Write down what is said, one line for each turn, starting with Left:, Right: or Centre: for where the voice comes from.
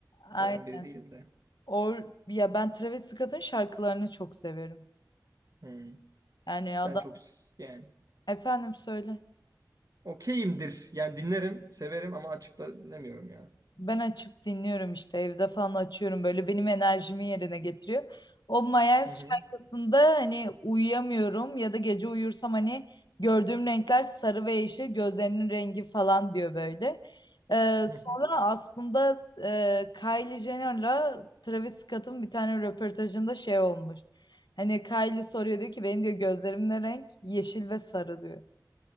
Right: seven
Left: Ay,
Right: biri değilim de.
Left: or, ya ben Travis Scott'ın şarkılarını çok severim.
Right: Hı.
Left: Yani adam
Right: Ben çok s- yani.
Left: efendim söyle.
Right: Okeyimdir. Yani dinlerim, severim ama açıp da dinlemiyorum ya.
Left: Ben açıp dinliyorum işte evde falan açıyorum böyle benim enerjimi yerine getiriyor. O Mayers
Right: Hı hı.
Left: şarkısında hani uyuyamıyorum ya da gece uyursam hani gördüğüm renkler sarı ve yeşil gözlerinin rengi falan diyor böyle. Ee,
Right: Hı
Left: sonra
Right: hı.
Left: aslında e, Kylie Jenner'la Travis Scott'ın bir tane röportajında şey olmuş. Hani Kylie soruyor diyor ki benim diyor gözlerim ne renk? Yeşil ve sarı diyor.